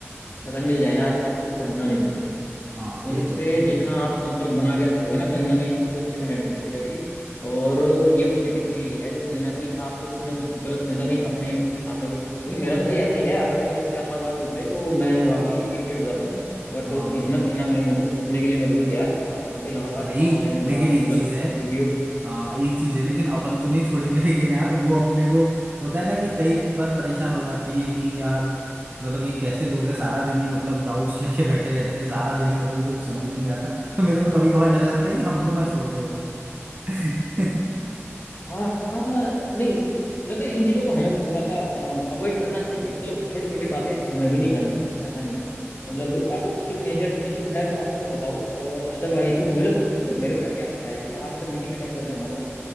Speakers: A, on the left (about 45°); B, on the right (about 35°).
A: अगर मिल जाए ना ऐसे आदमी को छोड़ना नहीं चाहिए
B: हाँ
A: उनसे
B: ये तो है
A: जितना आप संपर्क बना के रखोगे ना कहीं ना कहीं आपको पॉजिटिव एनर्जी मिलती रहेगी और ये पॉजिटिविटी ही है जो कहीं ना कहीं आपको कुछ ना कुछ गलत कहीं ना कहीं अपने उसके साथ में भी क्योंकि मेरा तो भाई ऐसा ही है अगर कोई मेरे से चार पांच बार पूछ ले तो मैं वाकई इरिटेट हो जाता हूँ बट
B: हाँ
A: इन्होंने कहीं ना कहीं मुझे सोचने के लिए मजबूर किया यार पांच घंटे लगातार
B: भाई
A: क्लास लेने के
B: लेकिन
A: बाद मतलब
B: एक चीज है
A: वीडियो
B: हाँ एक चीज है लेकिन अपन तो नहीं छोड़ेंगे लेकिन यार वो अपने को होता है ना कि कई बार परेशान हो जाती हैं कि यार मतलब ये कैसे लोग हैं सारा दिन ही मतलब डाउट्स <laughs> लेके बैठे रहते हैं सारा दिन ही मतलब इनको कुछ समझ में नहीं आता तो मेरे को कभी कभार डर लगता है कि हमको ना छोड़ दे वो <laughs>
A: हाँ हाँ नहीं वैसे इन चीज़ों को हमें भी थोड़ा सा अवॉइड करना चाहिए मतलब छोटी छोटी बातें हमें भी नहीं करनी चाहिए ऐसा नहीं है मतलब आपको कुछ मेजर इशू है तो आप उसे बताओ और अदरवाइज तो मेरे तो बल्कि मेरे पे क्या लगता है कि आप अगर मीटिंग अटेंड कर रहे हो ना उनकी